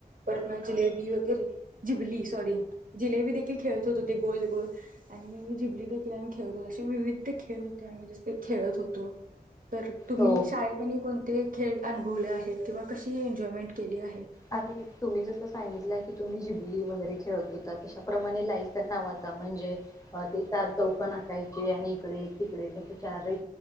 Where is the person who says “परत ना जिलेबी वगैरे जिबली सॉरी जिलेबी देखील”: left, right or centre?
Right